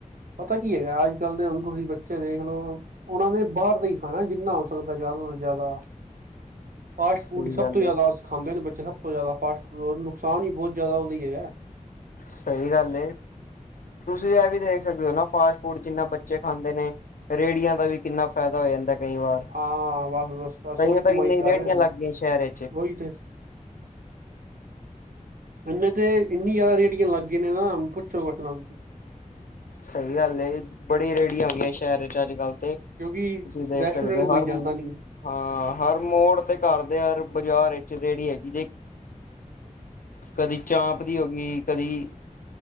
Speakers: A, on the right; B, on the left.
A: ਪਤਾ ਕੀ ਹੈਗਾ ਅੱਜ ਕੱਲ ਦੇ ਹਣ ਤੁਸੀਂ ਬੱਚੇ ਦੇਖ ਲਓ। ਉਹਨਾਂ ਨੇ ਬਾਹਰ ਦਾ ਈ ਖਾਣਾ ਜਿੰਨਾ ਹੋ ਸਕਦਾ। ਜ਼ਿਆਦਾ ਤੋਂ ਜ਼ਿਆਦਾ ਫਾਸਟ
B: ਸਹੀ
A: ਫੂਡ ਸਭ
B: ਗੱਲ
A: ਤੋਂ ਜ਼ਿਆਦਾਸੀ
B: ਏ
A: ਖਾਂਦੇ ਬੱਚੇ ਸਭ ਤੋਂ ਜ਼ਿਆਦਾ ਫਾਸਟ ਫੂਡ ਨੁਕਸ ਵੀ ਬਹੁਤ ਜ਼ਦਾ ਹੀ ਹੈਗਾ।
B: ਸਹੀ ਗੱਲ ਏ ਤੁਸੀਂ ਇਹ ਵੀ ਦੇਖ ਸਕਦੇ ਹੋ ਨਾ ਫਾਸਟ ਫੂਡ ਜਿੰਨਾ ਬੱਚੇ ਖਾਂਦੇ ਨੇ। ਰੇੜੀਆਂ ਦਾ ਵੀ ਕਿੰਨਾ ਫਾਇਦਾ ਹੋ ਜਾਂਦਾ। ਕਈ ਵਾਰ
A: ਹਾਂ ਬਸ, ਬਸ, ਬਸ
B: ਕਈਆਂ
A: ਓਹੀ
B: ਤਾਂ
A: ਕਮਾਈ
B: ਇੰਨੀ
A: ਕਰ
B: ਰੇਹੜੀਆਂ
A: ਰਹੇ
B: ਲੱਗ ਗਈਆਂ ਸ਼ਹਿਰ ਵਿੱਚ
A: ਓਹੀ ਤੇ <unintelligible> ਹੁਣ ਇਥੇ ਇੰਨੀ ਜਿਆਦਾ ਰੇੜੀਆਂ ਲੱਗ ਗਏ ਨੇ ਨਾ ਪੁੱਛੋ ਕੁਛ ਨਾ।
B: ਸਹੀ ਗੱਲ ਏ ਬੜੀ ਰੇਹੜੀਆਂ ਹੋ ਗਈਆਂ ਸ਼ਹਿਰ ਚ ਅੱਜ ਕੱਲ ਤੇ। ਤੁਸੀਂ
A: ਕਿਉਂਕਿ
B: ਦੇਖ
A: ਰੈਸਟੋਰੈਂਟ
B: ਸਕਦੇ ਹੋ
A: ਕੋਈ
B: ਹਰ
A: ਜਾਂਦਾ ਨੀ
B: ਹਾਂ ਹਰ ਮੋੜ ਤੇ ਘਰ ਦੇ ਹਰ ਬਾਜ਼ਾਰ ਵਿੱਚ ਰੇਹੜੀ ਹੈਗੀ ਜੇ। ਕਦੀ ਚਾਂਪ ਦੀ ਹੋ ਗੀ, ਕਦੀ